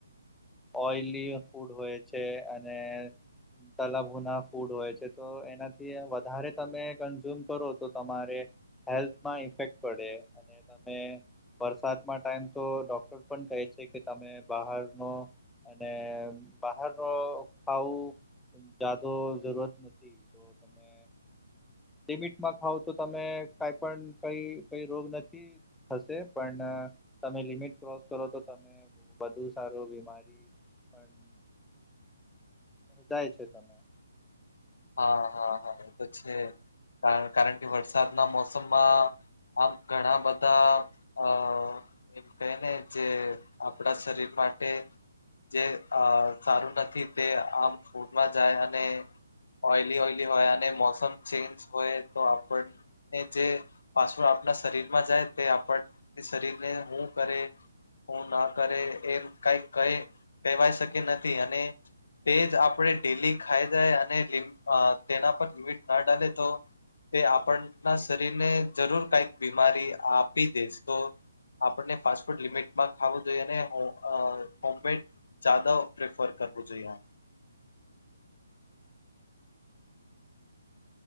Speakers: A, in the centre; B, on the left.
A: ઓઈલી ફૂડ હોય છે અને તલા ભુના ફૂડ હોય છે તો એનાથી એ વધારે તમે કન્ઝ્યુમ કરો તો તમારે હેલ્થમાં ઇફેક્ટ પડે. ત વરસાદમાં ટાઈમ તો ડોક્ટર પણ કહે છે કે તમે બહારનો અને બહાર ખાવું જાદો જરૂરત નથી. તો તમે. લિમિટમાં ખાવ તો તમે કઈ પણ કઈ કઈ રોગ નથી. હશે પણ તમે લિમિટ ક્રોસ કરો તો તમે બુ સારું બીમારી પણ. જાય છે તમે
B: હા હા હા એ તો છે કારણ કે વરસાદના મોસમમાં. આમ ઘણા બધા અ એમ કહે ને જે આપડા શરીર માટે. જે સારું નથી તે આમ ફૂંડમાં જાય અને ઓઈલી ઓઈલી હોય અને મોસમ ચેન્જ હોય તો આપણ જે પાછળ આપણા શરીર માં જાય તે આપણ શરીરને શું કરે હું ના કરે એમ કઈ ક કહેવાય શકી નથી અને તે જ આપણે ડેલી ખાઈ જાય અને તેના પર લિમિટ ના ડાલે તો તે આપણના શરીરને જરૂર કઈક બીમારી આપી દે તો આપણને ફાસ્ટ ફૂડ લિમિટમાં ખાવું જોઈએ ને હોમમેડ જ્યાદા ઉપયોગ કરવું જોઈએ